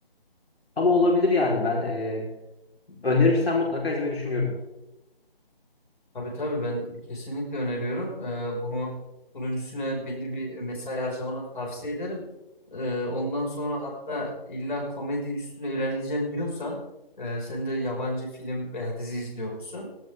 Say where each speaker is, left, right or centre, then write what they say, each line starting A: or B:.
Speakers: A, on the left (about 85°); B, on the left (about 55°).
A: Ama olabilir yani ben e, önerirsen mutlaka izlemeyi düşünüyorum.
B: Tabii tabii ben kesinlikle öneriyorum. Ee, bunu bunun üstüne belli bir mesai harcamanı tavsiye ederim. Ee, ondan sonra hatta illa komedi üstüne ilerleyeceğim diyorsan e, sen de yabancı film veya dizi izliyor musun?